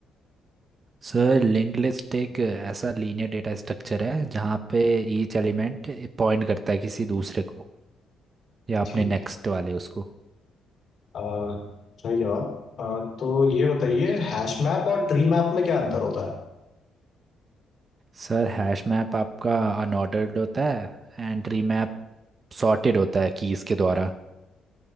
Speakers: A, on the right; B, on the left.
A: सर लिंक लिस्ट एक ऐसा लीनियर डेटा स्ट्रक्चर है जहाँ पे ईच एलिमेंट पॉइंट करता है किसी दूसरे को या अपने
B: ठीक
A: नेक्स्ट
B: है
A: वाले उसको
B: अह, सही जवाब अह, तो ये बताइए हैश मैप और ट्री मैप में क्या अंतर होता है
A: सर हैश मैप आपका अनऑर्डर्ड होता है एंड ट्री मैप सॉर्टेड होता है कीज़ के द्वारा